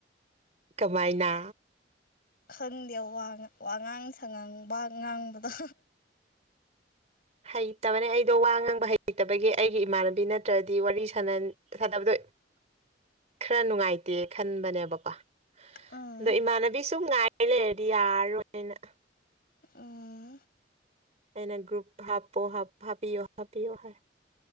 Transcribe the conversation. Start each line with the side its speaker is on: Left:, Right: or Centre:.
Right: ꯀꯃꯥꯏꯅ
Left: ꯈꯪꯗꯦ ꯋꯥꯉꯥꯡ ꯁꯉꯥꯡ ꯋꯥ ꯉꯥꯡꯕꯗꯣ
Right: ꯍꯩꯇꯕꯅꯦ ꯑꯩꯗꯣ ꯋꯥ ꯉꯥꯡꯕ ꯍꯩꯇꯕꯒꯤ ꯑꯩꯒꯤ ꯏꯃꯥꯟꯅꯕꯤ ꯅꯠꯇ꯭ꯔꯗꯤ ꯋꯥꯔꯤ ꯁꯅ ꯁꯥꯟꯅꯕꯗꯣ ꯈꯔ ꯅꯨꯡꯉꯥꯏꯇꯦ ꯈꯟꯕꯅꯦꯕꯀꯣ
Left: ꯎꯝ
Right: ꯑꯗꯣ ꯏꯃꯥꯟꯅꯕꯤ ꯁꯨꯝ ꯉꯥꯏꯔ ꯂꯩꯔꯗꯤ ꯌꯥꯔꯣꯏꯅ
Left: ꯎꯝ
Right: ꯑꯦꯅꯦ ꯭ꯔꯨꯨꯞ ꯍꯥꯄꯣ ꯍꯥ ꯍꯥꯞꯌ ꯍꯥꯄꯌꯑꯣ ꯍꯥꯏ